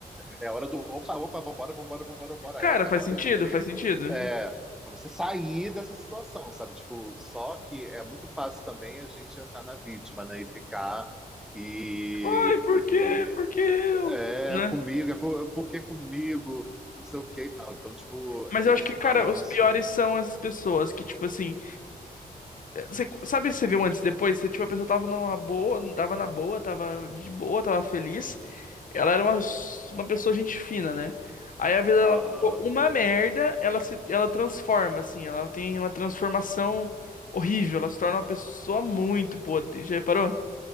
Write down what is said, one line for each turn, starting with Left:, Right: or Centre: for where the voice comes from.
Centre: é hora do opa, opa, vambora, vambora, vambora, vambora.
Left: cara,
Centre: Essa
Left: faz
Centre: é a hora
Left: sentido,
Centre: de tipo, assim,
Left: faz sentido.
Centre: é, pra você sair dessa situação, sabe? Tipo, só que é muito fácil também a gente entrar na vítima, né? E ficar e,
Left: Ai, por
Centre: e
Left: quê? Por que eu?
Centre: É,
Left: Né?
Centre: comigo, é co- por que comigo? Não sei o que e tal. Então, tipo,
Left: Mas
Centre: tem
Left: eu acho
Centre: esse
Left: que, cara,
Centre: balanço.
Left: os piores são essas pessoas que, tipo assim. eh, Você, sabe, você viu antes e depois? Você, tipo, a pessoa tava numa boa, tava na boa, tava de boa, tava feliz. Ela era uma, uma pessoa gente fina, né? Aí a vida
Centre: Aham,
Left: dela ficou uma merda, ela se, ela transforma, assim, ela tem uma transformação horrível, ela se torna uma pessoa muito podre. Já reparou?